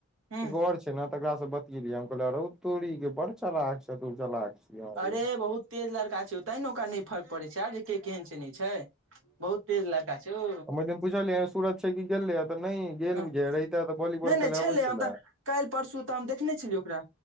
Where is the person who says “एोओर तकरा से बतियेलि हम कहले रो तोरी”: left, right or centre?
Centre